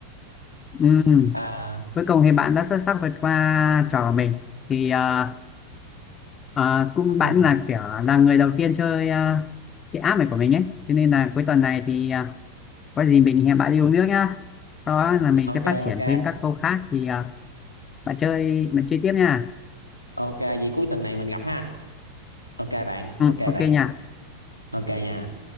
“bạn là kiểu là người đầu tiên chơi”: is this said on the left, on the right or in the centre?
Left